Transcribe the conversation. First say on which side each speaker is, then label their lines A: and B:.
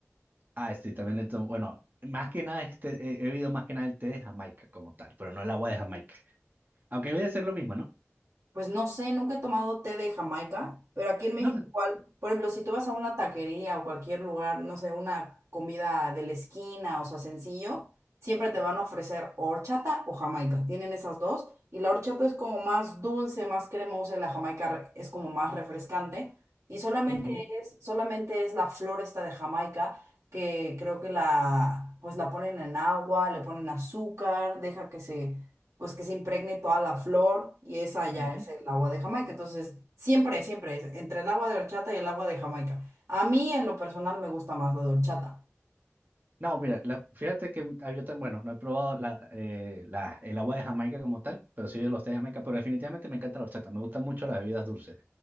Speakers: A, on the right; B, on the right.
A: Ah, sí, también le tomo, bueno, más que nada este, he he bebido más que nada el té de Jamaica como tal, pero no el agua de Jamaica. Aunque debe ser lo mismo, ¿no?
B: Pues no sé, nunca he tomado té de Jamaica, pero aquí en México
A: No,
B: igual, por ejemplo, si tú vas a una taquería o cualquier lugar, no sé, una comida de la esquina o sea, sencillo, siempre te van a ofrecer o horchata o Jamaica. Tienen esas dos y la horchata es como más dulce, más cremosa, y la Jamaica re- es como más refrescante y solamente
A: ujú,
B: es solamente es la flor esta de Jamaica que creo que la pues la ponen en agua, le ponen azúcar, deja que se pues que se impregne toda la flor y esa ya
A: ujú.
B: es el agua de Jamaica. Entonces, siempre, siempre es entre el agua de horchata y el agua de Jamaica. A mí en lo personal me gusta más la de horchata.
A: No, mira, la- fíjate que ah, yo tan bueno, no he probado la, eh, la, el agua de Jamaica como tal, pero sí de los té de Jamaica, pero definitivamente me encanta la horchata, me gustan mucho las bebidas dulces.